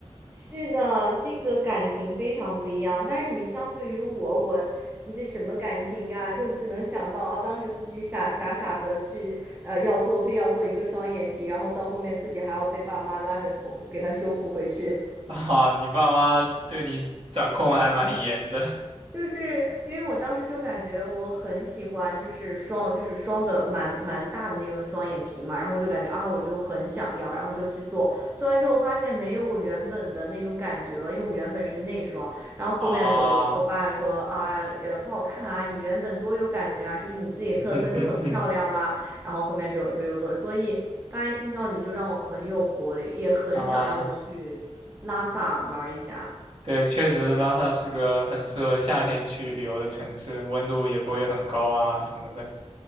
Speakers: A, on the right; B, on the right.
A: 是的，这个感情非常不一样。但是你相对于我，我你这什么感情啊？就只能想到啊，当时自己傻傻傻的去呃要做，非要做一个双眼皮，然后到后面自己还要被爸妈拉着从给他修复回去。
B: <laughs> 啊，你爸妈对你掌控还蛮严的
A: 就是因为我当时就感觉我很喜欢，就是双，就是双的蛮蛮大的那种双眼皮嘛，然后就感觉啊，我就很想要，然后就去做，做完之后发现没有我原本的那种感觉了，因为我原本是内双，然后后面的时候我爸说啊，
B: 啊，
A: 也不好看啊，你原本多有感觉啊，就是你自己的特色就很漂亮啦，
B: <laughs> 哼哼哼
A: 然后后面就就又做，所以刚才听到你就让我很有活力，也很想让我去拉萨玩一下。
B: 啊，对，确实拉萨是个很适合夏天去旅游的城市，温度也不会很高啊什么的。